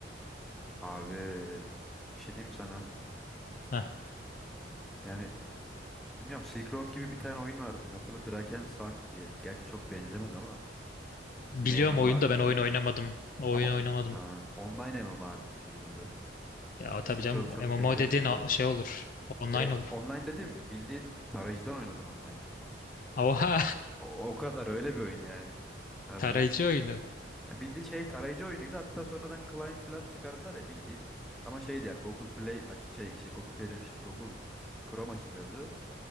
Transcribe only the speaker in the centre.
Abi bir şey diyeyim mi sana.
Yani bilmiyorum Silk Road gibi bir tane oyun vardı. Hatırla Drakensang diye. Gerçi çok benzemez ama.
Yine MMORPG.
Ama
aa, online MMORPG'ydi bu da.
Ya Silk
Road'a çok
benzemiyordu
da bir de.
Şey
online dedim bildiğin tarayıcıdan oynadın online.
O, o kadar öyle bir oyun yani. Harbiden.
Ya bildiğin şey tarayıcı oyunuydu. Hatta sonradan client falan çıkardılar ya bildiğin. Ama şeydi yani Google Play aç- şey, şey Google Play demişim. Google Chrome açılıyordu.